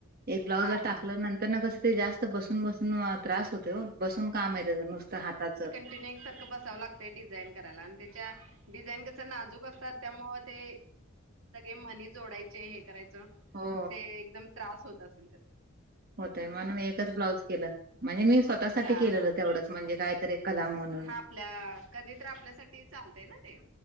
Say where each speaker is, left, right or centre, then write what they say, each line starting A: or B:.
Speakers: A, on the right; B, on the right.
A: एक ब्लाउज
B: हा
A: ला टाकलं,
B: हा
A: नंतर न कसं ते जास्त बसून बसून वा त्रास होतंय ओ, बसून काम आहे त्याचं, नुसतं हाताचं.
B: एकटीने एकसारखं बसावं लागतं. ते डिझाईन करायला आणि त्याच्या डिझाईन कसं नाजूक असतात, त्यामुळे ते सगळे मनी जोडायचे हे करायचं,
A: हो
B: ते एकदम त्रास होत असेल त्याच
A: होतय म्हणून एकच ब्लाऊज केलं, म्हणजे मी स्वतःसाठी
B: हा
A: केलेलं
B: हा
A: तेवढंच म्हणजे कायतरी कराव म्हणून
B: हा आपल्या, कधी तर आपल्यासाठी चालत ना ते